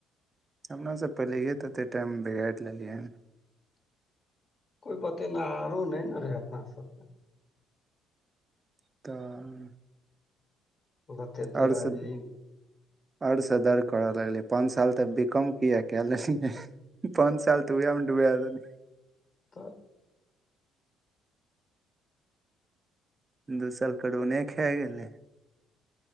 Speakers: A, on the right (about 20°); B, on the left (about 30°).
A: हमरा से पहिलेे तऽते टाइम बिगाड़ि लेलियै हन
B: कोइ बतेनआरो नहि ने रहे अपना सब के
A: तऽ
B: बतेते
A: आओर
B: रहे
A: सब
B: जे ई नहि।
A: आओर से दर्द करऽ लगलै पाँच साल तऽ बीकॉम किया क लेलियै पाँच साल तू उहै में ड्डबा देल्ही
B: तऽ
A: दू साल कोरोने खा गेलै